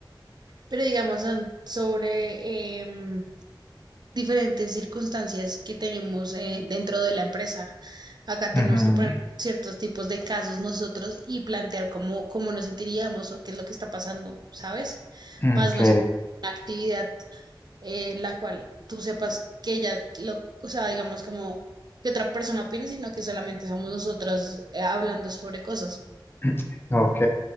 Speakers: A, on the right; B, on the left.
A: pero digamos an- sobre, em, diferentes circunstancias que tenemos eh, dentro de la empresa. Acá
B: Ujú,
A: tenemos que poner ciertos tipos de casos nosotros y plantear cómo, cómo nos sentiríamos o qué es lo que está pasando, ¿sabes?
B: Ok,
A: Más no es una actividad eh, en la cual tú sepas que ya, lo, o sea, digamos como que otra persona opine, sino que solamente somos nosotros eh, hablando sobre cosas.
B: <clears throat> ok.